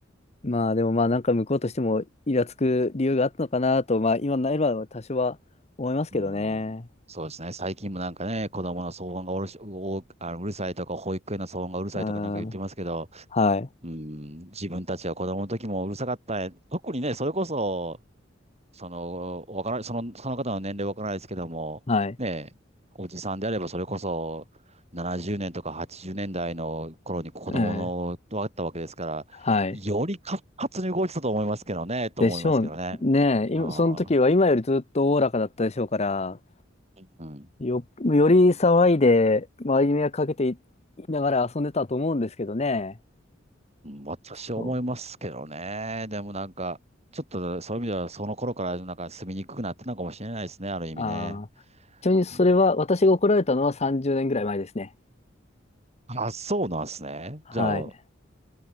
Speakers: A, on the left; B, on the right.
A: まあでもまあなんか向こうとしてもイラつく理由があったのかなと、まあ今なれば多少は思いますけどね。
B: うん、そうですね。最近もなんかね、子供の騒音がうるし、お、あの、うるさいとか、保育園の騒音がうるさいとかなんか言ってますけど、
A: うん。はい。
B: うん、自分たちは子供の時もうるさかった。特にね、それこそ、その、わからない、その、その方の年齢わからないですけども、
A: はい。
B: ねえ、おじさんであればそれこそ70年とか80年代の頃に子供の、
A: ええ
B: だったわけですから、
A: はい。
B: より活発に動いてたと思いますけどね、と思いますけどね。
A: でしょうね。
B: うん。
A: 今その時は今よりずっとおおらかだったでしょうから、
B: うん。うん
A: よ、より騒いで、周りに迷惑かけていながら遊んでたと思うんですけどね。
B: 私は思いますけどね。
A: そ
B: でもなんか、ちょっとそういう意味ではその頃からなんか住みにくくなってたのかもしれないですね、ある意味ね。
A: う。ああ。ちなみにそれは、
B: うん、
A: 私が怒られたのは30年ぐらい前ですね。
B: あ、そうなんですね。
A: はい。
B: じゃあ、